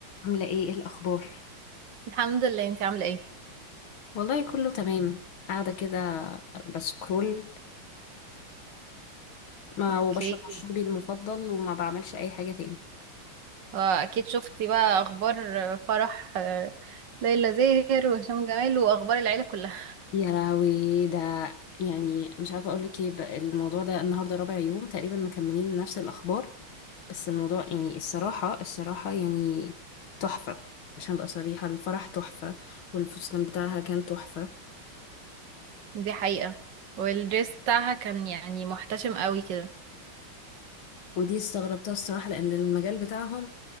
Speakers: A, on the left; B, on the right.
A: عاملة ايه ايه الأخبار؟
B: الحمد لله انت عامله ايه
A: والله كله تمام قاعدة كده بسكرول ما
B: اوكي
A: وبشرب مشروبي المفضل وما بعملش أي حاجة تاني
B: واكيد شفتي بقى اخبار فرح آه، ليلى زاهر وهشام جمال واخبار العيله كلها
A: يا لهوي ده يعني مش عارفة أقولك ايه بقى الموضوع ده النهاردة رابع يوم تقريبا مكملين نفس الأخبار بس الموضوع يعني الصراحة الصراحة يعني تحفة عشان أبقى صريحة الفرح تحفة والفستان بتاعها كان تحفة
B: <laughs> دي حقيقه والدريس بتاعها كان يعني محتشم قوي كده
A: ودي استغربتها الصراحة لأن المجال بتاعهم